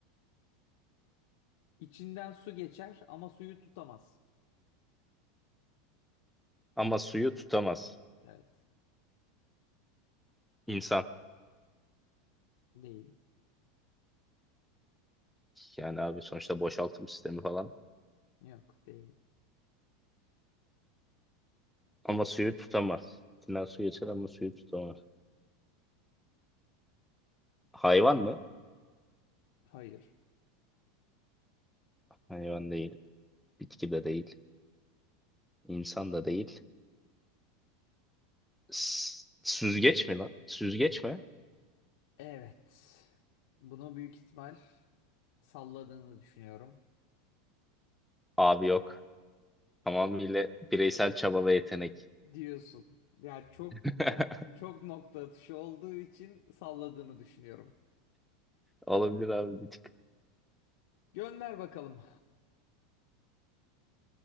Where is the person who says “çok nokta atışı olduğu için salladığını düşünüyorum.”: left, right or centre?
Left